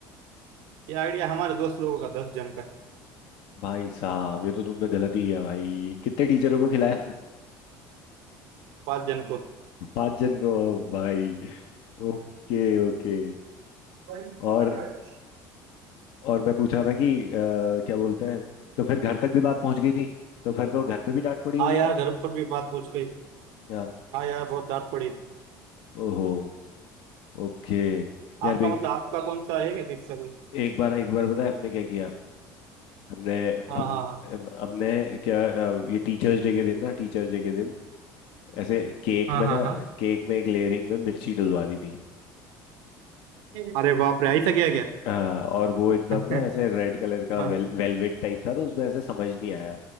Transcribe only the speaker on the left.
भाई साहब ये तो तुमने गलत ही किया भाई कितने टीचरों को खिलाया
<laughs> पांच जन को भाई ओके ओके
और और मैं पूछ रहा था कि अ, क्या बोलते हैं तो फिर घर तक भी बात पहुंच गई थी तो फिर तो घर पे भी डांट पड़ी होगी
यार
यार
ओहो ओके यार
भी
एक बार एक बार बताए हमने क्या किया हमने
हम
हम- हमने क्या अ, ये टीचर्स डे के दिन ना टीचर्स डे के दिन ऐसे केक
में
ना
केक में एक लेयरिंग में मिर्ची डलवा दी थी
हाँ और वो एकदम
ना
ऐसे रेड कलर का
वेल वेलवेट टाइप था तो उसमें ऐसे समझ नहीं आया